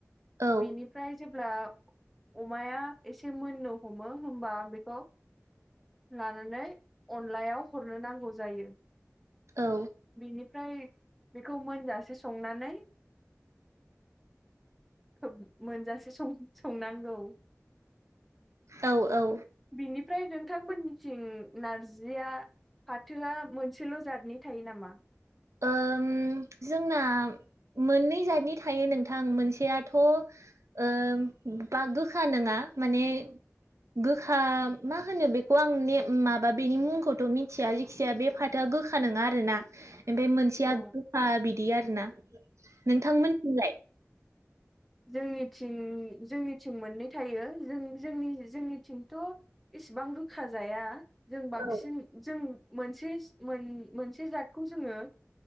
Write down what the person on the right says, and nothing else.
औ
औ
औ औ।
ओम जोंना मोननै जादनि थायो नोंथां मोनसेयाथ' ओ बा गोखा नोङा माने। गोखा मा होनो बेखौ आं माबा बेनि मुंखौथ' मिथिया जिख खिसिया बे फाथोआ गोखा नोङा आरोना। ओमफफाय मोनसेया
गोखा बिदि आरोना। नोंथांमोनथिमलाय?
औ